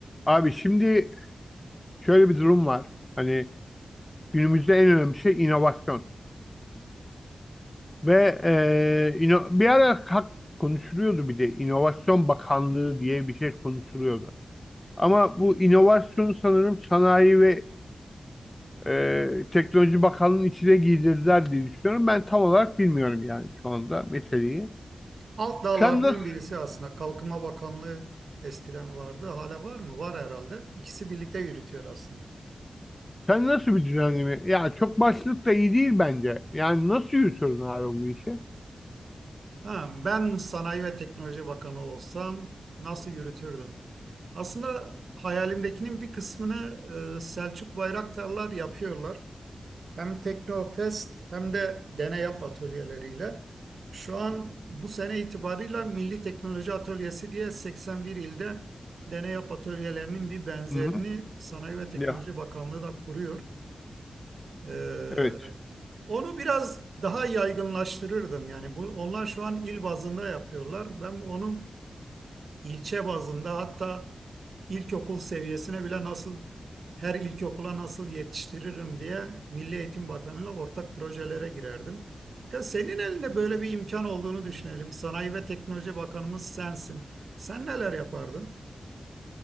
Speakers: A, on the left; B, on the right.
A: Abi şimdi şöyle bir durum var. Hani günümüzde en önemli şey inovasyon. Ve e, ino- bir ara hak konuşuluyordu bir de İnovasyon Bakanlığı diye bir şey konuşuluyordu. Ama bu inovasyon sanırım Sanayi ve e, Teknoloji Bakanlığı'nın içine giydirdiler diye düşünüyorum. Ben tam olarak bilmiyorum yani şu anda meseleyi.
B: Alt dallardan
A: Sen nasıl,
B: birisi aslında. Kalkınma Bakanlığı eskiden vardı. Hala var mı? Var herhalde. İkisi birlikte yürütüyor aslında.
A: sen nasıl bir düzenleme? Ya çok başlık da iyi değil bence. Yani nasıl yürütüyorsun abi bu işi?
B: Ha, ben Sanayi ve Teknoloji Bakanı olsam nasıl yürütürdüm? Aslında hayalimdekinin bir kısmını e, Selçuk Bayraktarlar yapıyorlar. Hem Teknofest hem de Deney Yap atölyeleriyle. Şu an bu sene itibarıyla Milli Teknoloji Atölyesi diye 81 ilde Deney Yap atölyelerinin bir benzerini
A: Hı hı.
B: Sanayi ve Teknoloji
A: Ya,
B: Bakanlığı da kuruyor. Ee,
A: evet.
B: onu biraz daha yaygınlaştırırdım. Yani bu, onlar şu an il bazında yapıyorlar. Ben onu İlçe bazında hatta ilkokul seviyesine bile nasıl her ilkokula nasıl yetiştiririm diye Milli Eğitim Bakanı'yla ortak projelere girerdim. Fakat senin elinde böyle bir imkan olduğunu düşünelim. Sanayi ve Teknoloji Bakanımız sensin. Sen neler yapardın?